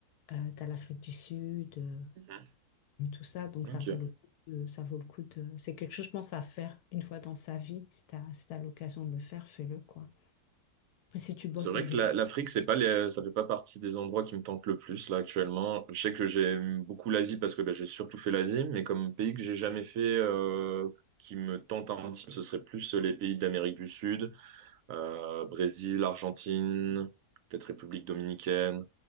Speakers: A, on the left; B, on the right.
A: tu as l'Afrique du Sud, euh,
B: Mhm.
A: tout ça, donc
B: Ok.
A: ça vaut le coup de- ça vaut le coup de... C'est quelque chose, je pense, à faire une fois dans sa vie. Si tu as, l'occasion de le faire, fais-le, quoi. Et si tu bosses
B: C'est vrai
A: en
B: que
A: remote.
B: la- l'Afrique, c'est pas les... ça fait pas partie des endroits qui me tentent le plus là actuellement. Je sais que j'aime beaucoup l'Asie parce que bah, j'ai surtout fait l'Asie, mais comme pays que j'ai jamais fait euh, qui me tente un petit peu, ce serait plus les pays d'Amérique du Sud, euh, Brésil, Argentine, peut-être République dominicaine,